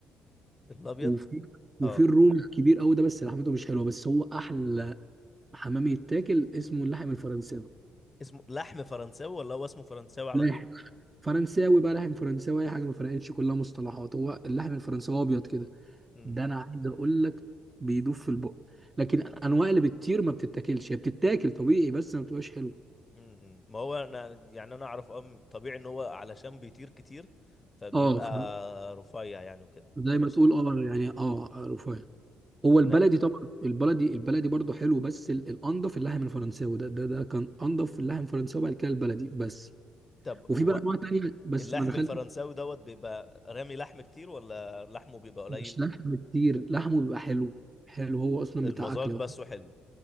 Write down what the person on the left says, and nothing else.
الابيض
اه
اسمه لحم فرنساوي ولا هو اسمه فرنساوي على
طول
امم
امم ما هو انا يعني انا اعرف ام طبيعي ان هو علشان بيطير كتير فبيبقى
رفيع يعني وكده ما
بتبقاش
إن-
طب
هو
اللحم
الفرنساوي دوت بيبقى رامي لحم كتير ولا لحمه بيبقى قليل
المذاق
بس وحلو